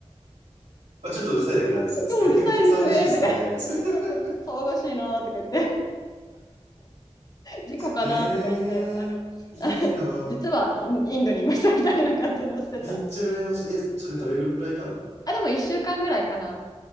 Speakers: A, on the right; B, on the left.
A: まあ、ちょっとうるさいだけなんです、つって。
B: 今日うるさいですねとか、
A: <laughs> 騒がしいですね、
B: <laughs>
A: つって。
B: 今日なんかちょっと騒がしいなとか言って、事故かなとか言って、
A: ええー、
B: あの、あ実はインインドにいましたみたいな感じのしてた。
A: いいなめっちゃ羨ましい。え、それどれぐらいいたの
B: そうあ、でも1週間ぐらいかな。